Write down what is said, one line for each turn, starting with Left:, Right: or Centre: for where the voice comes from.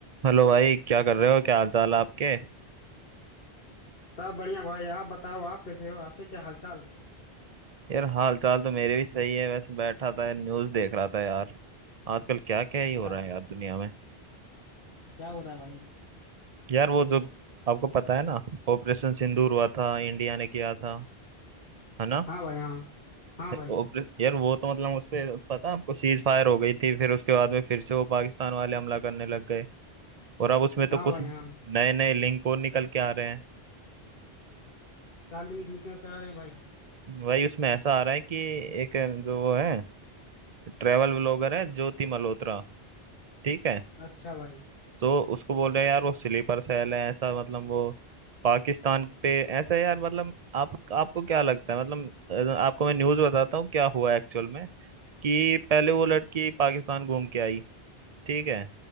Right: हेलो भाई क्या कर रहे हो क्या हाल चाल है आपके
Left: सब बढ़िया भाई आप बताओ आप कैसे हो आपके क्या हालचाल है
Right: यार हाल चाल तो मेरे भी सही है वैसे बैठा था न्यूज़ देख रहा था यार आजकल क्या क्या
Left: अच्छा
Right: ही हो रहा है यार दुनिया में
Left: क्या हो रहा है भाई
Right: यार वो जो आपको पता है ना ऑपरेशन सिंदूर हुआ था इंडिया ने किया था है ना
Left: हाँ भाई हाँ हाँ भाई
Right: ऑपरे- यार वो तो मतलब उस पे पता है आपको सीज फायर हो गई थी फिर उसके बाद में फिर से वो पाकिस्तान वाले हमला करने लग गए और अब उसमें तो
Left: हाँ
Right: कुछ
Left: भाई
Right: नए
Left: हाँ
Right: नए लिंक और निकल के आ रहे हैं
Left: क्या लिंक लिंक करा रहे हैं भाई
Right: भाई उसमें ऐसा आ रहा है कि एक जो वो है ट्रेवल ब्लॉगर है ज्योति मल्होत्रा ठीक है
Left: अच्छा भाई
Right: तो उसको बोल रहे हैं यार वो स्लीपर सेल है ऐसा मतलब वो पाकिस्तान पे ऐसा है यार मतलब आप आपको क्या लगता है मतलब अ, आपको मैं न्यूज़ बताता हूँ क्या हुआ एक्चुअल में कि पहले वो
Left: हम्म
Right: लड़की पाकिस्तान घूम के आई ठीक है